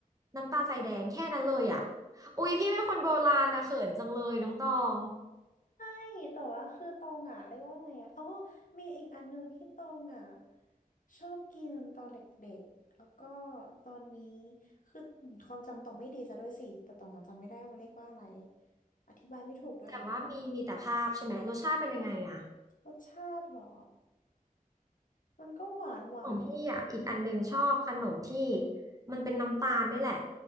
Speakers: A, on the right; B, on the left.
A: น้ำตาลทรายแดงแค่นั้นเลยอ่ะอุ๊ยพี่เป็นคนโบราณนะเขินจังเลยน้องตอง
B: นี่แต่ว่าคือตองอ่ะเรียกว่าไงอ่ะอ๋อมีอีกอันหนึ่งที่ตองอ่ะชอบกินตอนเด็กๆแล้วก็ตอนนี้คือความจำตองไม่ดีซะด้วยสิแต่ตองอ่ะจำไม่ได้ว่ามันเรียกว่าอะไรอธิบายไม่ถูกด้วย
A: แต่ว่ามีมีแต่ภาพใช่ไหมรสชาติเป็นยังไงอ่ะ
B: รสชาติเหรอมันก็หวานหวานเค
A: ของพี่อ่ะอีกอันหนึ่งชอบขนมที่
B: ็ม
A: มันเป็นน้ำตาลนี่แหละ